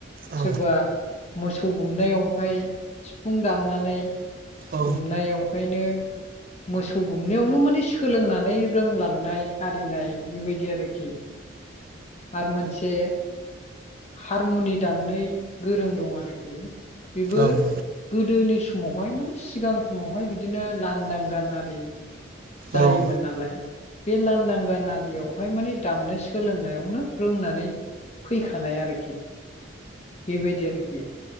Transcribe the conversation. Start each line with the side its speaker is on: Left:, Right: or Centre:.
Right: औ
Left: सोरबा मोसौ गुमनायावहाय सिफुं दामनानै
Right: औ
Left: गुमनायावहायनो मोसौ गुमनायावनो माने सोलोंनानै रोंलांनाय आरिनाय बेबायदि आरोखि आरो मोनसे हारमुनि दामनोय गोरों दं आरोखि बेबो
Right: औ नोंथां
Left: गोदोनि समावहाय माने सिगां समावहाय बिदि बिदिनो लांदां गान आरि जायोमोन
Right: औ
Left: नालाय बे लांदां गान आरियाव बेवहाय माने दामनो सोलोंनायावनो रोंनानै फैखानाय आरोखि बेबायदि आरोखि